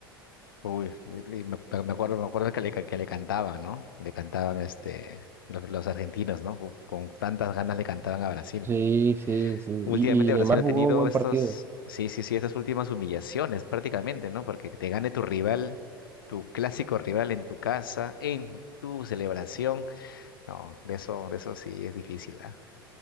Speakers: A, on the left (about 65°); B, on the right (about 20°).
A: Uy, y me, me acuerdo, me acuerdo que le, ca- que le cantaban, ¿no? Le cantaban este, los, los argentinos, ¿no? Uf, con tantas ganas le cantaban a Brasil.
B: Sí, sí, sí.
A: Últimamente
B: Y, y
A: Brasil
B: Neymar
A: ha
B: jugó
A: tenido
B: un buen
A: estas,
B: partido.
A: sí, sí, sí, estas últimas humillaciones prácticamente, ¿no? Porque te gane tu rival, tu clásico rival en tu casa, en tu celebración. No, de eso, de eso sí es difícil, ¿ah?